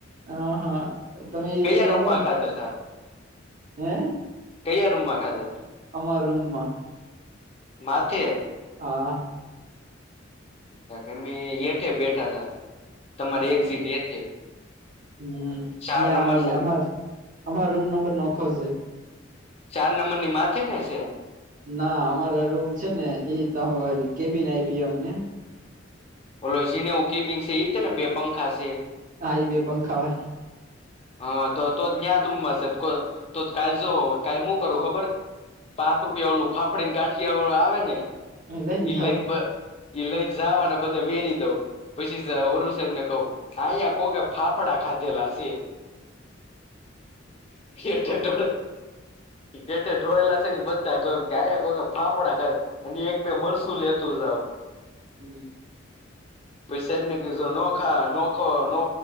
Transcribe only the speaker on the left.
કયા
રૂમમાં
ખાધા તા
કયા રૂમ માં ખાધા હતા?
માથે
અમે એઠે બેઠા હતા, તમારી
એક્ઝિટ એથે
ચાર
નંબર છે
ને
ચાર નંબર ની માથે ને છે?
ઓલો ીનેવું કેબિન છે, છે ને, બે પંખા છે.
હા, તો તો જ્યાત રમમાં સાહેબ તો કાલ જો કાલે શું કરું ખબર પાંચ રૂપિયા ઓલું ફાફડી ને ગાંઠિયા વાળું આવે ને,
એ
લઈન એ લઈને જવા અને બધે વેરી દઉ પછી વરુ સાહેબ ને કહું અહીયા કોકે ફાફડા ખાધ્યેલા સ એઠોળ એટલે ઢોળેલા છે ને, બધા ગયા કો કે ફાફડા ખાય અને એક બે મરસું લેતું જાવ.
પછીસાહેબ ને કીધુનોખા નોખો નો